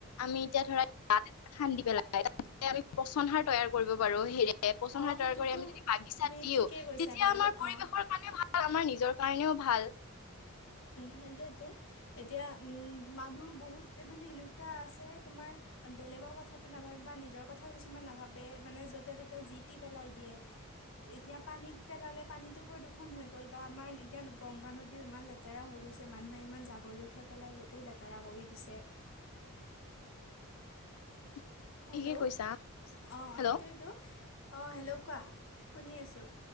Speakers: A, on the left; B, on the left.
A: আমি এতিয়া ধৰা গাত এটা খান্দি পেলাই আমি পচন সাৰ তৈয়াৰ কৰিব পাৰোঁ হেৰে পচন
B: অ
A: সাৰ
B: সেইটোতো
A: তৈয়াৰ কৰি আমি যদি বাগিচা
B: তুমি
A: দিওঁ
B: ঠিকেই
A: তেতিয়া
B: কৈছা বাৰু
A: আমাৰ আমাৰ পৰিৱেশৰ
B: অ
A: কাৰণে ভাল আমাৰ নিজৰ কাৰণেও ভাল।
B: সেইতোয়েতো এতিয়া উম মানুহ বহুত মানে এনেকুৱা আছে তোমাৰ বেলেগ কথাটো নাভাবে বা নিজৰ কথাও কিছুমান নাভাবে মানে যতে ত'তে জি টি পেলাই দিয়ে। এতিয়া পানীত পেলালে পানীতটো প্ৰদূষণ হৈ গ'ল বা আমাৰ এতিয়া গংগা নদীও ইমান লেতে লেতেৰা হৈ গৈছে মানুহে ইমান জাবঁৰ জোথৰ হৈ পেলাই গোটেই লেতেৰা কৰি দিছে।
A: <unintelligible>
B: হেল্ল'
A: ঠিকে
B: অ
A: কৈছা হেল্ল'
B: সেইটোৱেটো অ হেল্ল' কোৱা শুনি আছোঁ?